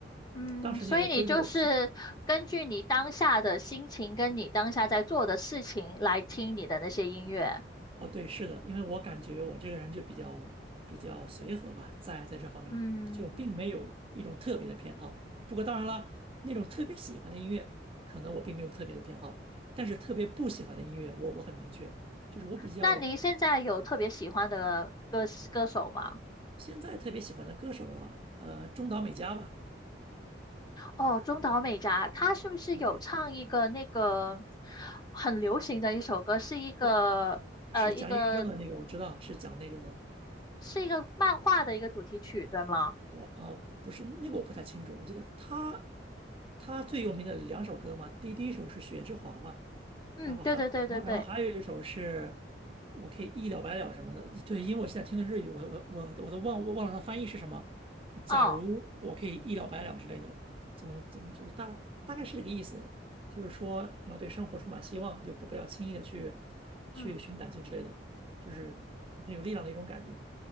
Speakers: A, on the left (about 20°); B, on the right (about 30°).
A: 嗯，
B: 啊。当时那个
A: 所以你就是根据你当下的心情跟你当下在做的事情来听你的那些音乐。
B: JoJo 的骑哦，对，是的，因为我感觉我这个人就比较比较随和吧，在在这方面就并没有一种特别的偏好。
A: 嗯，
B: 不过当然了，那种特别喜欢的音乐，可能我并没有特别的偏好，但是特别不喜欢的音乐我，我很明确，就是我比较
A: 那您现在有特别喜欢的歌歌手吗？
B: 现在特别喜欢的歌手啊，呃，中岛美嘉吧，
A: 哦，中岛美嘉，她是不是有唱一个那个
B: 啊，对，
A: 很流行的一首歌，是一个呃一个
B: 我是讲抑郁症的那个，我知道是讲那个
A: 是一个漫画的一个主题曲，对吗？
B: 我呃不是那个我不太清楚，我记得他他最有名的两首歌嘛，第第一首是《雪之华》嘛，
A: 嗯，
B: 然后还然后然后还有一首是
A: 对对对对对，
B: 我可以一了百了什么的，对，因为我现在听的日语，我我我我都忘我忘了它翻译是什么，说假如我可以一了百了之类的，
A: 哦，
B: 总总之大大概是这个意思，就是说你要对生活充满希望，就不不要轻易的去
A: 嗯，
B: 去寻短见之类的，就是很有力量的一种感觉。